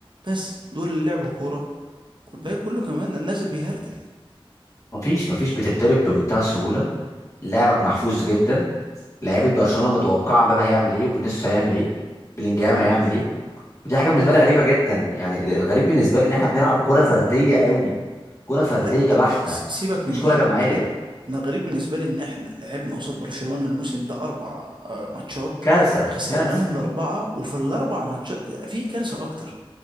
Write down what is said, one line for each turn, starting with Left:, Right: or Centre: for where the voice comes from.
Right: بس دول اللي لعبوا كورة والباقي كله كمان النازل بيهردل
Left: مفيش مفيش بتتدرب بمنتهى السهوله لعبك محفوظ جدا لعيبه برشلونه متوقعه مبابي هيعمل ايه وفينيسيوس هيعمل ايه بلينجهام
Right: مم.
Left: هيعمل ايه ودي حاجه بالنسبه لي غريبه جدا يعني الغريب بالنسبه لي ان احنا بنلعب كره فرديه قوي كره فرديه
Right: لا
Left: بحته
Right: س- سيبك
Left: مفيش
Right: من
Left: كره
Right: دي
Left: جماعيه
Right: انا انا غريب بالنسبة لي ان احنا لعبنا قصاد برشلونة الموسم ده اربع آه، ماتشات
Left: كارثه
Right: خسرناهم
Left: كارثه
Right: الاربعة وفي الاربع ماتشات في كارثة اكتر